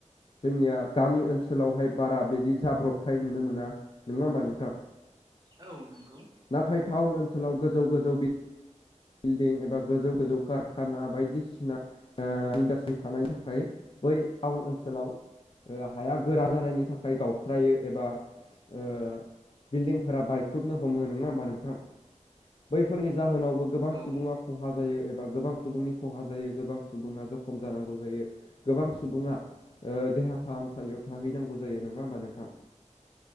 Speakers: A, on the left (about 45°); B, on the right (about 30°).
A: जोंनिया गामि ओनसो लावहाय बारा बिदि जाब्रबथाय नुनो मोना नंङा होमबा नोंथां।
B: औ नंगौ।
A: नाथाय टाउन ओनसोलाव गोजौ गोजौ बिल्डिं एबा गोजौ गोजौ कारखाना बायदिसिना इन्डास्ट्रि थानायनि थाखाय बै टाउन ओनसोलाव हाया गोरा जानायनि थाखाय गावस्रायो एबा ओ बिल्डिंफोरा बायख्रुबनो हमो नंङा होमबा नोंथां। बैफोरनि जाहोनावबो गोबां
B: औ नंगौ औ
A: सुबुंङा खहा जायो एबा गोबां सुबुंनि खहा जायो गोबां सुबुंङा जख'म जानांगौ जायो गोबां सुबुंङा ओ देहा फाहामसालियाव थाहैनांगौ जायो नङा होमबा नोंथां?